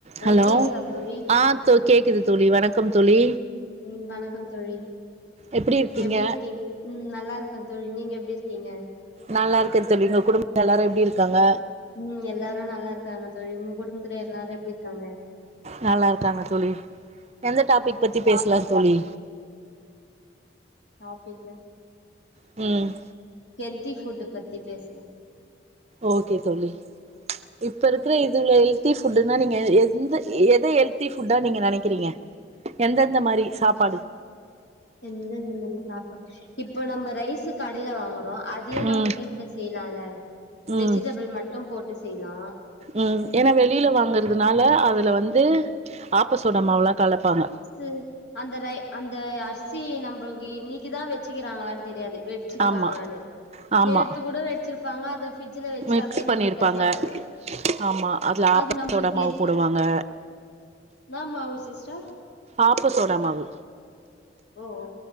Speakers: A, on the right; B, on the left.
A: Hello
B: கேக்குதா தோழி
A: ஆ தோ கேக்குது தோழி வணக்கம் தோழி.
B: ம் வணக்கம் தோழி.
A: எப்டி இருக்கீங்க
B: எப்டிருக்கீங் ம் நல்லாருக்கோ தோழி நீங்க எப்டிருக்கீங்க?
A: நல்லாருக்கே தோழி. உங்க குடும்ப <inaudible> எல்லாரு எப்டிருக்காங்க?
B: ம் எல்லாரு நல்லார்க்காங்க தோழி. உங்க குடும்த்துல எல்லாரு எப்டிர்க்காங்க?
A: நல்லாருக்காங்க தோழி. எந்த டாபிக் பத்தி பேசலா தோழி?
B: டாபிக்கா
A: ம்.
B: ஹெல்த்தி ஃபுட்டு பத்தி பேசலாம் <inaudible>
A: ஓகே தோழி. இப்ப இருக்குற இதுல எல்த்தி ஃபுட்டுன்னா நீங்க எந்த எத எல்த்தி ஃபுட்டா நீங்க நெனைக்கிறீங்க? எந்தெந்த மாரி சாப்பாடு?
B: எந்தெந்த மாரி சாப்பா இப்ப நம்ப ரைஸு கடைல வாங்குறோ அதியே நம்ப
A: ம்
B: வீ ட்ல செய்லால.
A: ம்
B: வெஜிடபிள் மட்டு போட்டு செய்லா.
A: ம் ஏனா வெளில வாங்கறதுனால அதுல வந்து ஆப்பசோடா மாவல்லா கலப்பாங்க.
B: ம் அந்த ரை அந்த அரிசி நம்பளுக்கு இன்னிக்குதா வெச்சிக்கறாங்களான் தெரியாது. வெட்ச்சிக்கறாங்களானு.
A: ஆமா ஆமா
B: நேத்து கூட வெட்ச்சிருப்பாங்க அதை ஃபிரிட்ல வெச்சு
A: மிக்ஸ்
B: அப்டியே
A: பண்ணிருப்பாங்க
B: நம்புளுக் தருவாங்க.
A: ஆமா அதுல ஆப்ப
B: அது நம்மளுக்கு
A: சோடா மாவு போடுவாங்க.
B: என்னா மாவு சிஸ்ட?
A: ஆப்ப சோடா மாவு.
B: ஓ ஓ